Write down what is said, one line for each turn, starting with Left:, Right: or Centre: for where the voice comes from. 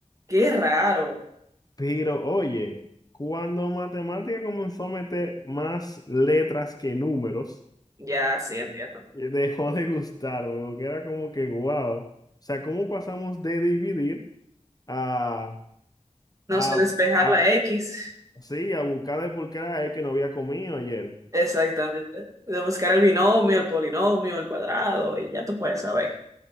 Right: Qué raro.
Left: pero oye, cuando matemática comenzó a meter más letras que números,
Right: Ya, sí, entiendo.
Left: eh, dejó de gustarme, porque era como que, wow, o sea, ¿cómo pasamos de dividir a,
Right: No
Left: a,
Right: sé despejar
Left: a-
Right: la X.
Left: sí, a buscar el por qué era él que no había comido ayer?
Right: Exactamente. De buscar el binomio, el polinomio, el cuadrado, y ya tú puedes saber.